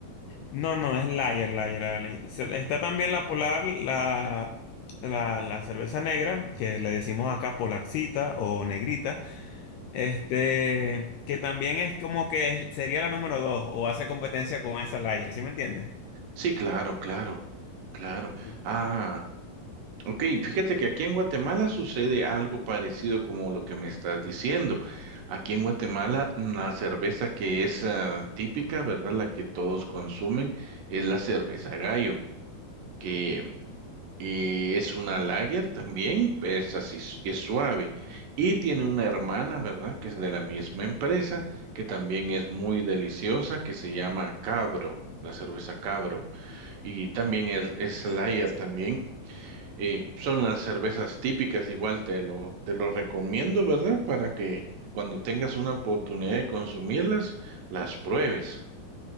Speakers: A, on the left; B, on the right.
A: No, no, es Lager, Lager. la Lager. Se- Está también la Polar, la, la, la cerveza negra, que le decimos acá Polarcita o Negrita. Este, que también es como que es- sería la número dos o hace competencia con esa Layer, ¿sí me entiendes?
B: Sí, claro, claro, claro.
A: Sí.
B: Ah. Ok, fíjate que aquí en Guatemala sucede algo parecido como lo que me estás diciendo. Aquí en Guatemala la cerveza que es ah, típica, ¿verdad? La que todos consumen es la cerveza Gallo, que eh, es una lager también, es así, s- es suave. Y tiene una hermana, ¿verdad? Que es de la misma empresa, que también es muy deliciosa, que se llama Cabro, la cerveza Cabro. Y también es, es lager también. Eh, son unas cervezas típicas, igual te lo, te lo recomiendo, ¿verdad? Para que cuando tengas una oportunidad de consumirlas, las pruebes.